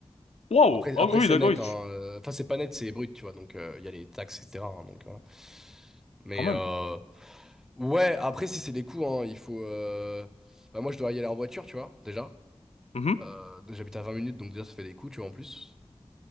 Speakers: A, on the left (about 70°); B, in the centre.
A: Waouh.
B: Après,
A: Oh,
B: après c'est
A: oui, d'accord,
B: net,
A: oui,
B: hein.
A: tu-
B: euh, Enfin, c'est pas net, c'est brut, tu vois. Donc, euh, il y a les taxes, etc. hein, donc, voilà. Mais
A: quand même.
B: euh, ouais, après, si c'est des coûts, hein, il faut. euh, Bah, moi, je dois y aller en voiture, tu vois, déjà.
A: Mhm.
B: Euh, donc, j'habite à 20 minutes, donc déjà, ça fait des coûts, tu vois, en plus.